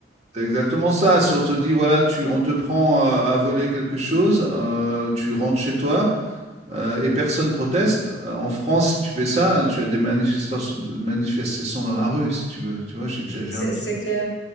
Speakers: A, on the right; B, on the left.
A: C'est exactement ça. Si on te dit, voilà, tu, on te prend euh, à, voler quelque chose, euh, tu rentres chez toi euh, et personne proteste. Euh, En France, si tu fais ça, tu as des manifestations, manifestations dans la rue, si tu veux. Tu vois, j'exagère
B: C'est
A: un petit
B: c'est
A: peu.
B: clair.